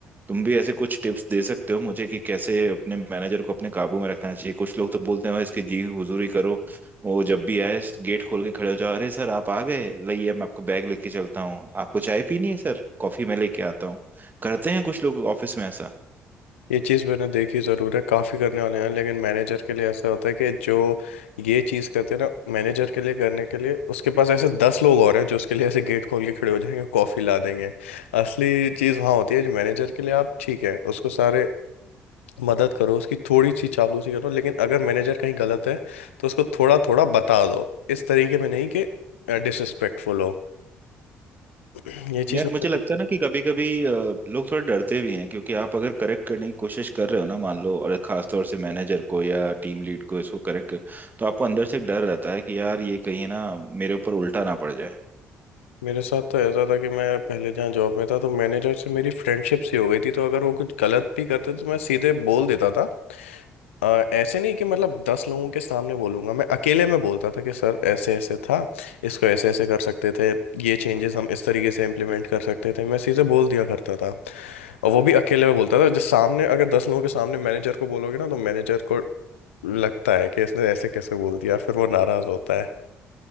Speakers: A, on the right (about 25°); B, on the left (about 75°).
A: तुम भी ऐसे कुछ टिप्स दे सकते हो मुझे कि कैसे अपने मैनेजर को अपने काबू में रखना चाहिए कुछ लोग तो बोलते हैं "ओए, इसकी जी हुजूरी करो वो जब भी आए गेट खोल के खड़े हो जाओ अरे सर आप आ गए लाइए मैं आपको बैग लेके चलता हूँ आपको चाय पीनी है सर कॉफी मैं लेके आता हूँ करते हैं कुछ लोग ऑफिस में ऐसा
B: ये चीज़ मैंने देखी ज़रूर है काफ़ी करने वाले हैं लेकिन मैनेजर के लिए ऐसा होता है कि जो ये चीज़ करते हैं ना मैनेजर के लिए करने के लिए उसके पास ऐसे दस लोग और हैं जो उसके लिए ऐसे गेट खोल के खड़े हो जाएंगे कॉफ़ी ला देंगे असली चीज़ वहाँ होती है जो मैनेजर के लिए आप ठीक है उसको सारे मदद करो उसकी थोड़ी सी चापलूसी करो लेकिन अगर मैनेजर कहीं गलत है तो उसको थोड़ा थोड़ा बता दो इस तरीके में नहीं कि डिसरिस्पेक्टफुल हो <clears throat> ये चीज़
A: यार
B: मैंने
A: मुझे लगता है ना कि कभी कभी लोग थोड़ा डरते भी हैं क्योंकि आप अगर करेक्ट करने की कोशिश कर रहे हो ना मान लो और खास तौर से मैनेजर को या टीम लीड को इसको करेक्ट कर तो आपको अंदर से एक डर रहता है कि यार ये कहीं ना मेरे ऊपर उल्टा ना पड़ जाए
B: मेरे साथ तो ऐसा था कि मैं पहले जहाँ जॉब में था तो मैनेजर से मेरी फ्रेंडशिप सी हो गई थी तो अगर वो कुछ गलत भी करते तो मैं सीधे बोल देता था अ, ऐसे नहीं कि मतलब दस लोगों के सामने बोलूंगा मैं अकेले में बोलता था कि सर ऐसे ऐसे था इसको ऐसे ऐसे कर सकते थे ये चेंजेस हम इस तरीके से इम्प्लीमेंट कर सकते थे मैं सीधे बोल दिया करता था और वो भी अकेले में बोलता था जो सामने अगर दस लोगों के सामने मैनेजर को बोलोगे ना तो मैनेजर को लगता है कि इसने ऐसे कैसे बोल दिया फिर वो नाराज होता है